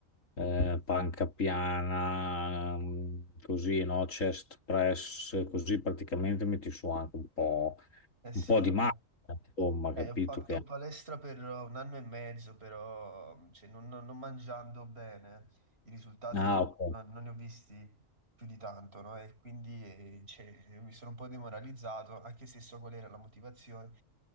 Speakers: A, on the left (about 75°); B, on the right (about 50°).
A: eh, panca piana, mh, così, no? Chest press, così praticamente metti su anche un po',
B: Eh sì,
A: un po' di
B: no.
A: massa, insomma,
B: Eh,
A: capito
B: ho fatto
A: che
B: palestra per un anno e mezzo, però cioè, non, non- non mangiando bene, i risultati
A: Ah, ok.
B: non, non ne ho visti più di tanto, no? E quindi eh, cioè, mi sono un po' demoralizzato, anche se so qual era la motivazione,